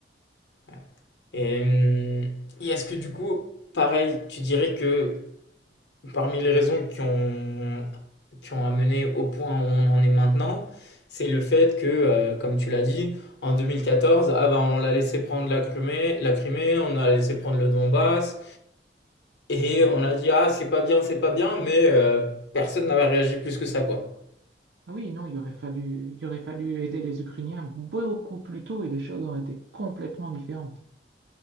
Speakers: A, on the left (about 75°); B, on the right (about 80°).
A: ouais. Et, hum, et est-ce que du coup, pareil, tu dirais que parmi les raisons qui ont, qui ont amené au point où on en est maintenant, c'est le fait que, euh, comme tu l'as dit, en deux mille quatorze ah bah, on l'a laissé prendre la Crimée, la Crimée, on a laissé prendre le Donbass, et
B: Mm.
A: on a dit, ah, c'est pas bien, c'est pas bien, mais euh, personne n'avait réagi plus que ça, quoi.
B: Ah oui, non, il aurait fallu, il aurait fallu aider les Ukrainiens beaucoup plus tôt et les choses auraient été complètement différentes.